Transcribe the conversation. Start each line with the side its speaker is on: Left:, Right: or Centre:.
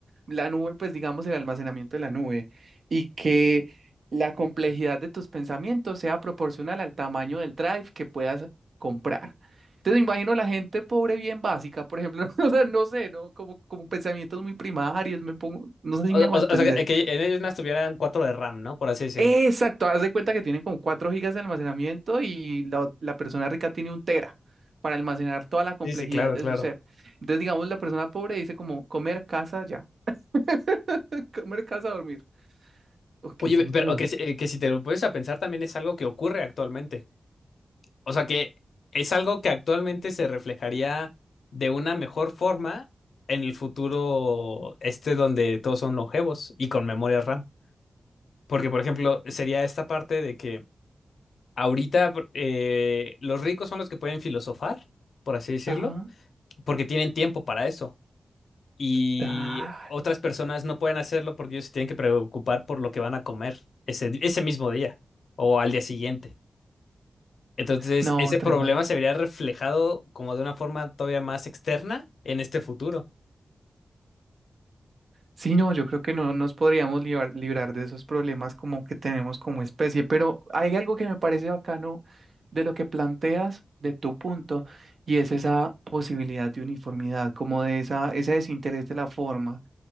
Right: la nube, pues digamos el almacenamiento de la nube, y que la complejidad de tus pensamientos sea proporcional al tamaño del drive que puedas comprar. Entonces me imagino la gente pobre bien básica, por ejemplo, <laughs> o sea, no sé, ¿no? Como, como pensamientos muy primarios, me pongo, no sé
Left: o,
Right: si me hago
Left: o-
Right: entender.
Left: o sea, que en ellos no estuvieran cuatro de RAM, ¿no? Por así decirlo.
Right: Exacto, haz de cuenta que tienen como 4 gigas de almacenamiento y la, ot- la persona rica tiene un tera para almacenar toda la complejidad
Left: Sí, sí, claro,
Right: de
Left: claro.
Right: su ser. Entonces, digamos, la persona pobre dice como comer, casa, ya, <laughs> comer, casa, dormir, o qué
Left: Oye,
Right: sé
Left: pero
Right: yo.
Left: que, si- eh, que si te lo pones a pensar también es algo que ocurre actualmente. O sea que es algo que actualmente se reflejaría de una mejor forma en el futuro este donde todos son longevos y con memoria RAM. Porque, por ejemplo, sería esta parte de que ahorita por- eh, los ricos son los que pueden filosofar, por así decirlo,
Right: Ajá,
Left: porque tienen tiempo para eso. Y
Right: tal.
Left: otras personas no pueden hacerlo porque ellos se tienen que preocupar por lo que van a comer ese, ese mismo día o al día siguiente. Entonces,
Right: No,
Left: ese
Right: tremendo.
Left: problema se vería reflejado como de una forma todavía más externa en este futuro.
Right: Sí, no, yo creo que no nos podríamos librar, librar de esos problemas como que tenemos como especie, pero hay algo que me parece bacano de lo que planteas, de tu punto, y es esa posibilidad de uniformidad, como de esa, ese desinterés de la forma,